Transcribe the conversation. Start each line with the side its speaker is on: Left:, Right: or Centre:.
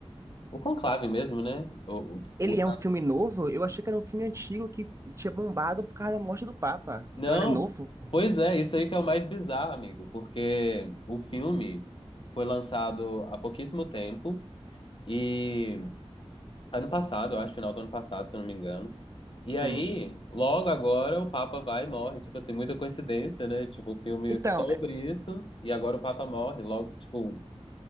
Left: O conclave mesmo, né? O,
Right: Ele
Left: o, o-
Right: é um filme novo? Eu achei que era um filme antigo que tinha bombado por causa da morte do Papa. Então
Left: Não,
Right: ele é novo?
Left: pois é, isso aí que é o mais bizarro, amigo, porque o filme foi lançado há pouquíssimo tempo e ano passado, eu acho, final do ano passado, se eu não me engano. E aí,
Right: Hum.
Left: logo agora, o Papa vai e morre. Tipo assim, muita coincidência, né? Tipo, o filme
Right: Então,
Left: sobre isso e agora o Papa morre, logo, tipo,